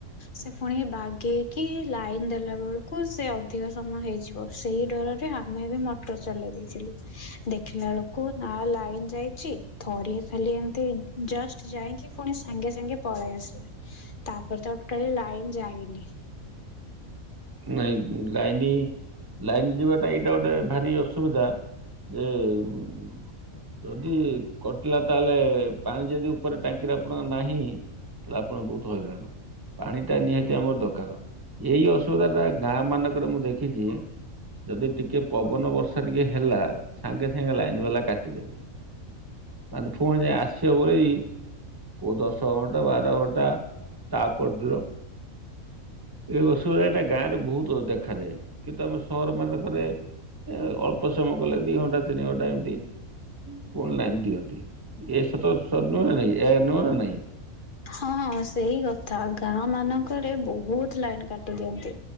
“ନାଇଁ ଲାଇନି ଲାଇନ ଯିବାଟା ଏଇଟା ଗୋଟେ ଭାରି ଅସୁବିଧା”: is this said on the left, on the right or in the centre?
Right